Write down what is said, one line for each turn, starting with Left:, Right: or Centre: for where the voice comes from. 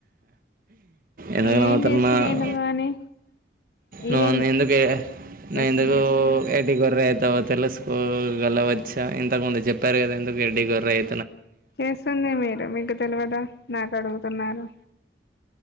Right: ఎందుకు
Left: నేనేం
Right: నవుతునావ్
Left: చేస్తలేను గాని మీరేం
Right: నువ్వే ఎందుకే
Left: చేస్తున్నారు
Right: ఎందుకు ఎ ఎడ్డి గొర్ర ఎట్లా పోతారో అట్లా స్కూల్ గల వచ్చా ఇంతకు ముందు చెప్పారు కదా ఎందుకు ఎడ్డి గొర్ర అయి
Left: చేసుందే మీరు మీ ఇ తేల్వదా నాక అడుగుతున్నారు